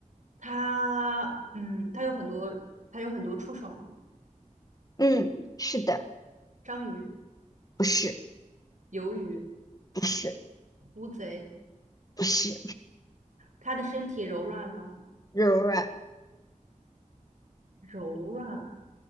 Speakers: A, on the right; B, on the left.
A: 它嗯，它有很多，它有很多触手嘛，
B: 嗯，是的，
A: 章鱼、
B: 不是，
A: 鱿鱼、
B: 不是，
A: 乌贼，
B: 不是，
A: 它的身体柔软吗？
B: 柔软。
A: 柔软。